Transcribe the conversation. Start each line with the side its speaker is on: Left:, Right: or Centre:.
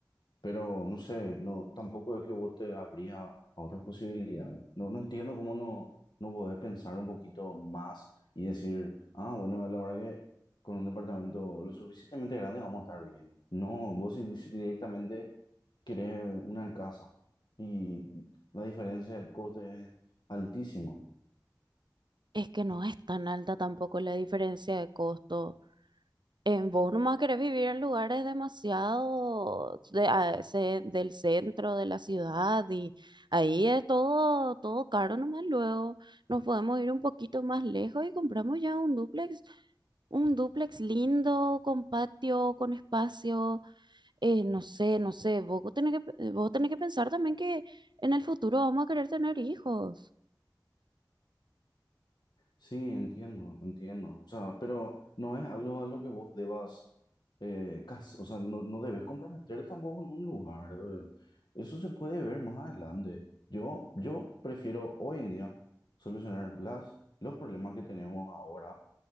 Left: pero no sé, no, tampoco es que vos te abrías a a otras posibilidades. No, no entiendo cómo no, no podés pensar un poquito más y decir, ah, bueno, la verdad que con un departamento lo suficientemente grande vamos a estar bien. No, vos si- si directamente querés una casa y la diferencia de coste es altísima.
Right: Es que no es tan alta tampoco la diferencia de costo. eh, vos nomás querés vivir en lugares demasiado de- a- ce- del centro de la ciudad y ahí es todo, todo caro nomás luego. Nos podemos ir un poquito más lejos y compramos ya un dúplex, un dúplex lindo, con patio, con espacio, eh, no sé, no sé, vos tenés que, pe- vos tenés que pensar también que en el futuro vamos a querer tener hijos.
Left: Sí, entiendo, entiendo. O sea, pero no es algo a lo que vos debas, eh, cas- o sea, no, no debes comprometer tampoco en un lugar. eh. Eso se puede ver más adelante. Yo, yo prefiero hoy en día solucionar las, los problemas que tenemos ahora